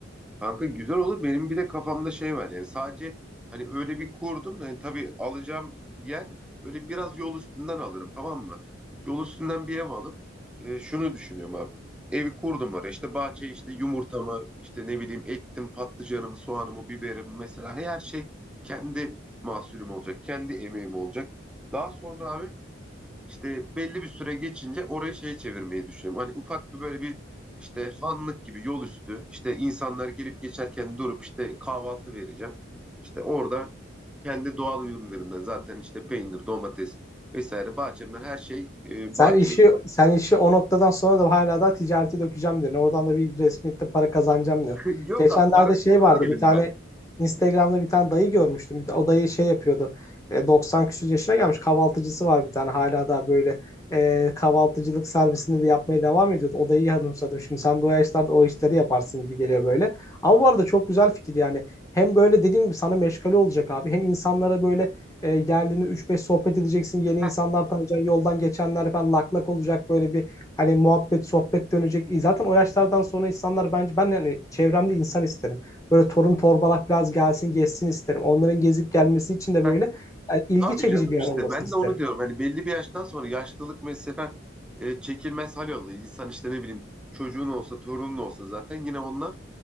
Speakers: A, in the centre; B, on the left.
A: Kanka güzel olur. Benim bir de kafamda şey var yani sadece hani öyle bir kurdum da hani tabii alacağım yer böyle biraz yol üstünden alırım tamam mı? Yol üstünden bir ev alıp e, şunu düşünüyorum abi. Evi kurdum oraya işte bahçeye işte yumurtamı işte ne bileyim ektim patlıcanımı soğanımı biberimi mesela her şey kendi mahsulüm olacak kendi emeğim olacak. Daha sonra abi işte belli bir süre geçince orayı şeye çevirmeyi düşünüyorum. Hani ufak bir böyle bir işte hanlık gibi yol üstü işte insanlar gelip geçerken durup işte kahvaltı vereceğim. İşte orada kendi doğal ürünlerimden zaten işte peynir, domates vesaire bahçemden her şey e,
B: Sen
A: bahçe
B: işi
A: ürünü.
B: sen işi o noktadan sonra da hala daha ticarete dökeceğim diyor. Oradan da bir resmiyette para kazanacağım diyor.
A: <laughs> Yok
B: Geçenlerde
A: abi parasında
B: şey vardı
A: değilim
B: bir tane
A: ben.
B: Instagram'da bir tane dayı görmüştüm. Bir ta- o dayı şey yapıyordu. E, 90 küsur yaşına gelmiş kahvaltıcısı var bir tane hala daha böyle e, kahvaltıcılık servisini de yapmaya devam ediyordu. O dayıyı hanımsadım. Şimdi sen de o yaşlarda o işleri yaparsın gibi geliyor böyle. Ama bu arada çok güzel fikir yani. Hem böyle dediğim gibi sana meşgale olacak abi. Hem insanlara böyle e, geldiğinde 3-5 sohbet edeceksin. Yeni
A: Heh,
B: insanlar tanıyacaksın. Yoldan geçenler falan lak lak olacak. Böyle bir hani muhabbet, sohbet dönecek. E, zaten o yaşlardan sonra insanlar bence ben yani çevremde insan isterim. Böyle torun torbalak biraz gelsin, gezsin isterim. Onların gezip gelmesi için de böyle
A: heh.
B: yani ilgi
A: Tabii
B: çekici
A: canım
B: bir yer
A: işte
B: olmasını
A: ben
B: isterim.
A: de onu diyorum. Hani belli bir yaştan sonra yaşlılık mesela e, çekilmez hal oluyor. İnsan işte ne bileyim çocuğun olsa torunun olsa zaten yine onlar